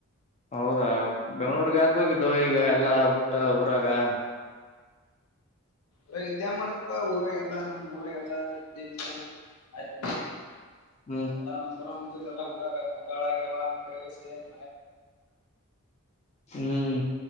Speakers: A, on the left (about 30°); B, on the left (about 85°).
A: ಹೌದಾ ಬೆಂಗಳೂರ್ಗೆ ಹಾಕ ಹೋಗಿದ್ದು ಈಗ
B: ಹ್ಮ್
A: ಎಲ್ಲಾ ಬಿುಟ್ಟ ಉ ಇದಾವ.
B: ಊರಾಗ ಇದ್ದ್ಯಾ ಮಾಡ್ತಪ್ಪಾ ಊರಾಗ ಎಲ್ಲಾ ನಮ್ಮ್ ಊರಾಗಲ್ಲಾ ಇದ್ದಿದ. ಆಯ್ತು
A: ಹ್ಮ್
B: ಎಲ್ಲ ನಮ್ಮಊರ ಲ್ಲ ಹಡಾರ ಉಡಾಗ್ಯಾವ ಅಂತ ಹೇಳಿಸಿ. <unintelligible>
A: ಹ್ಮ್